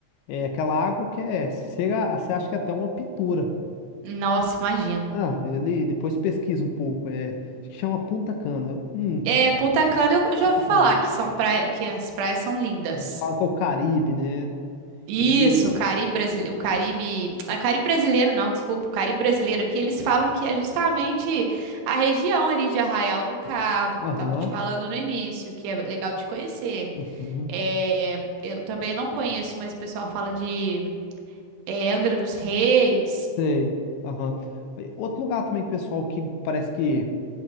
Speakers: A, on the left; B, on the right.
A: É aquela água que é. Chega, você acha que é até uma pintura.
B: Nossa, imagino.
A: Ah, ele depois pesquisa um pouco. É, acho que chama Punta Cana. Hum,
B: É, Punta Cana eu já
A: Punta
B: ouvi falar
A: Cana.
B: que são praia, que as praias são lindas.
A: É, eles falam que é o Caribe, né?
B: Isso,
A: Ele.
B: o Caribe brasileiro, o Caribe, ah, Caribe brasileiro não, desculpa, o Caribe brasileiro aqui, eles falam que é justamente a região ali de Arraial do Cabo, que
A: Aham.
B: eu tava te falando no início, que é legal de conhecer.
A: Uhum.
B: É, eu também não conheço, mas o pessoal fala de é, Angra dos Reis.
A: Sei. Aham. E Outro lugar também que o pessoal que parece que,